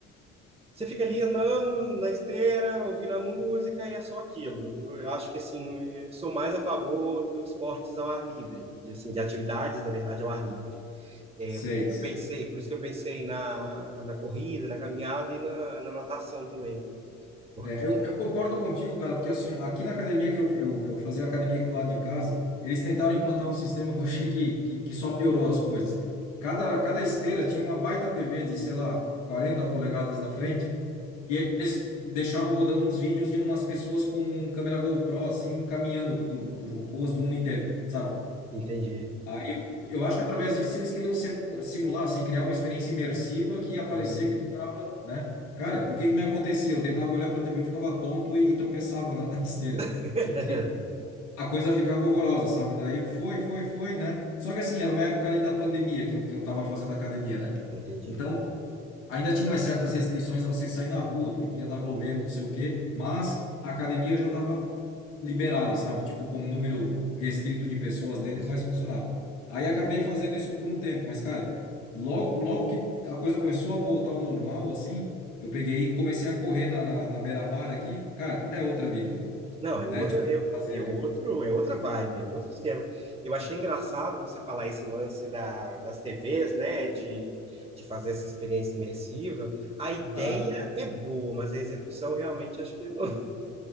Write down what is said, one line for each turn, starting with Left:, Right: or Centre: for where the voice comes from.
Right: Você fica ali andando na esteira, ouvindo a música e é só aquilo. Eu acho que assim, eu sou mais a favor dos esportes ao ar livre, de, assim, de atividades, na verdade, ao ar livre. É
Left: Sei,
Right: por isso que
Left: sei.
Right: eu pensei, por isso que eu pensei na, na corrida, na caminhada e na, na natação também. Porque,
Left: É, eu, eu concordo contigo, cara, porque assim, aqui na academia que eu, eu, eu fazia academia aqui do lado de casa, eles tentaram implantar um sistema que eu achei que, que, que só piorou as coisas. Cada, cada esteira tinha uma baita TV de, sei lá, 40 polegadas na frente, e eles deixavam rodando uns vídeos de umas pessoas com câmera GoPro, assim, caminhando por, por ruas do mundo inteiro, sabe?
Right: entendi,
Left: Aí eu eu acho que através disso eles queriam simu- simular, assim, criar uma experiência imersiva que ia parecer
Right: entendi,
Left: que tu tava, né? Cara, o que que me acontecia? Eu tentava olhar pra TV, eu ficava tonto e, e tropeçava na, na esteira.
Right: <laughs>
Left: Tipo assim, a coisa ficava horrorosa, sabe? Daí foi, foi, foi, né? Só que assim, era uma época ali da pandemia que eu, que eu tava fazendo academia, né?
Right: entendi.
Left: Então, Ainda tinha umas certas restrições a você sair na rua, porque podia dar aglomero, não sei o quê, mas a academia já estava liberada, sabe? Tipo, com um número restrito de pessoas dentro,
Right: Pessoa.
Left: mas funcionava. Aí acabei fazendo isso por um tempo, mas, cara, logo, logo que a coisa começou a voltar ao normal, assim, eu peguei e comecei a correr na, na, na beira-mar aqui, cara, é outra vida,
Right: Não, é outra,
Left: né? Tipo,
Right: é,
Left: fazer
Right: é
Left: ali.
Right: outro, é outra vibe, é outro esquema. Eu achei engraçado você falar esse lance da, das TVs, né, de, de fazer essa experiência imersiva. A ideia
Left: Aham.
Right: é boa, mas a execução realmente acho que não,